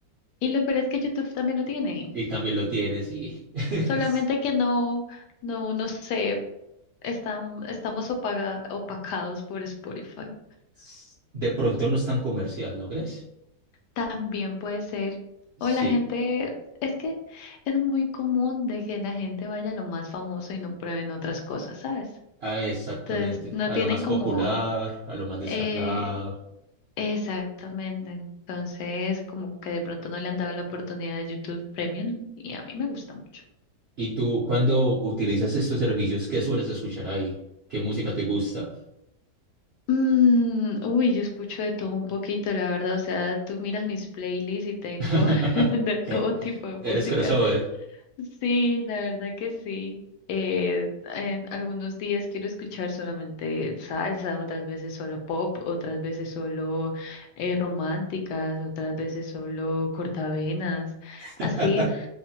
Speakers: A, on the left (about 75°); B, on the right (about 65°).
A: Y lo peor es que YouTube también lo tiene.
B: Y también lo tienes y <laughs>
A: Solamente
B: es-
A: que no, no, no sé, están, estamos opaga- opacados por Spotify.
B: es- de pronto no es tan comercial, ¿no crees?
A: También puede ser.
B: Sí,
A: O la gente, es que es muy común de que la gente vaya a lo más famoso y no prueben otras cosas, ¿sabes?
B: ah, exactamente.
A: Entonces, no
B: A
A: tienen
B: lo más
A: como
B: popular, a lo más descargado.
A: eh, Exactamente. Entonces, como que de pronto no le han dado la oportunidad a YouTube Premium y a mí me gusta mucho.
B: ¿Y tú, cuando utilizas estos servicios, qué sueles escuchar ahí? ¿Qué música te gusta?
A: Mm, uy, yo escucho de todo un poquito, la verdad. O sea, tú miras mis playlists y tengo
B: <laughs>
A: <laughs> de todo
B: Eh,
A: tipo de música.
B: ¿Eres crossover?
A: Sí, la verdad que sí. Eh, en algunos días quiero escuchar solamente salsa, otras veces solo pop, otras veces solo eh, románticas, otras veces solo cortavenas. Así.
B: <laughs>